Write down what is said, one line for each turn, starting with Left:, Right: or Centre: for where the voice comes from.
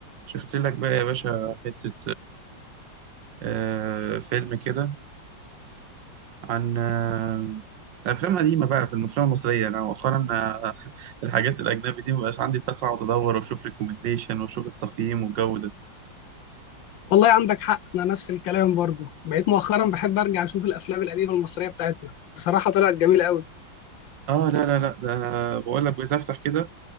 Right: شفت لك بقى يا باشا حتة آه فيلم كده عن آه أفلام قديمة بقى في الأفلام المصرية أنا مؤخرا آه، <laughs> الحاجات الأجنبي دي مبقاش عندي طاقة أقعد أدور وأشوف ريكومنديشن وأشوف التقييم والجو ده
Left: والله عندك حق انا نفس الكلام برضو بقيت مؤخرا بحب ارجع اشوف الافلام القديمه المصريه بتاعتنا بصراحه طلعت جميله قوي
Right: آه لا لا لا ده بقول لك بتفتح كده